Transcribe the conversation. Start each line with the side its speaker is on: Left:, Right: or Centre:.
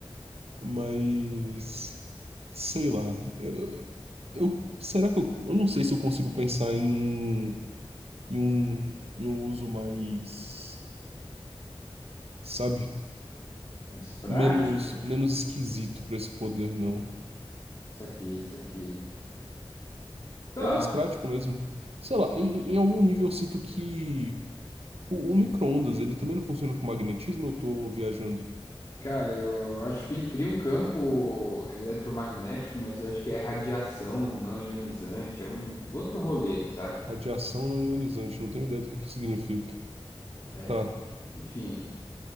Right: Mas, sei lá, eu, eu- será que eu, eu não sei se eu consigo pensar em um, em um, em um uso mais, sabe,
Left: Mas prático?
Right: menos, menos esquisito pra esse poder, não.
Left: Saquei, saquei. Tá,
Right: Ou mais prático mesmo. Sei lá, em, em algum nível eu sinto que o, o micro-ondas, ele também não funciona com magnetismo, eu tô viajando.
Left: cara, eu acho que ele cria um campo eletromagnético, mas eu acho que é radiação não ionizante, é um outro rolê, saca?
Right: Radiação não ionizante, não tenho ideia do que que significa.
Left: É,
Right: Tá.
Left: enfim,